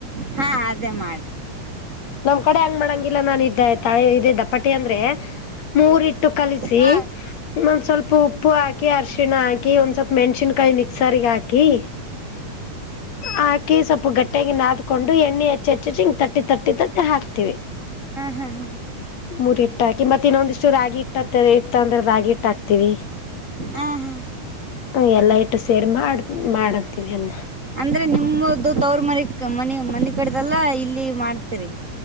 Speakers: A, on the right; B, on the left.
A: ಹಾ ಅದೇ ಮಾಡ್
B: ನಮ್ ಕಡೆ ಹಂಗ್ ಮಾಡಂಗಿಲ್ಲಾ ನಾನು ಇದ್ದೆ ತಾಳೆ ಇದೇ ದಪ್ಪ ಪಟ್ಟಿ ಅಂದ್ರೆ ಮೂರಿಟ್ಟು ಕಲಿಸಿ
A: ಹಾ
B: ಒಂದ ಸ್ವಲ್ಪ ಉಪ್ಪು ಹಾ ಹಾಕಿ ಅರ್ಶಿಣ ಹಾಕಿ ಒಂದ್ ಸ್ವಲ್ಪ ಮೆಣ್ಸಿನ್ಕಾಯಿ ಮಿಕ್ಸರ್ಗ ಹಾಕಿ. ಹಾಕಿ ಸ್ವಲ್ಪ ಗಟ್ಟಾಗಿ ನಾದ್ಕೊಂಡು ಎಣ್ಣೆ ಹೆಚ್ಚ ಹೆಚ್ಚಚ್ಚ ಹಿಂಗ ತಟ್ಟಿ ತಟ್ಟಿ ತಟ್ಟಿ ಹಾಕ್ತಿವಿ
A: ಹಾ ಹಾ
B: ಮುರಿಟ್ಟ ಆಕಿ ಮತ್ ಇನ್ನೊಂದಿಷ್ಟು ರಾಗಿ. ಇಟ್ಟತ್ತ ಇತ್ ಅಂದ್ರೆ ರಾಗಿ ಇಟ್ ಹಕ್ತಿವಿ.
A: ಹಾ ಹಾ
B: ಹ ಎಲ್ಲಾ ಇಟ್ಟು ಸೇರ್ ಮಾಡ್ ಮಾಡತೀವಿ ಅದ್ನ.
A: ಅಂದ್ರೆ ನಿಮುದು ತವ್ರ ಮರಿಕ್ ಮನಿ ಮನಿ ಕಡ್ದಲ್ಲ ಇಲ್ಲಿ ಮಾಡ್ತರಿ.